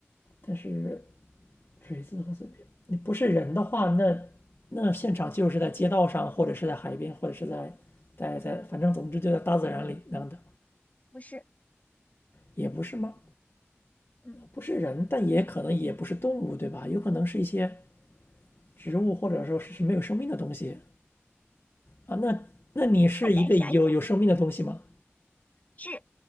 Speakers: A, on the left; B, on the left.
A: 但是锤子和碎片，你不是人的话，那那现场就是在街道上，或者是在海边，或者是在在在，反正总之就在大自然里那样的，
B: 不是，
A: 也不是吗？
B: 嗯，
A: 不是人，但也可能也不是动物，对吧？有可能是一些植物，或者说是没有生命的东西啊。那那你是一个有有生命的东西吗？
B: 快点想想，是，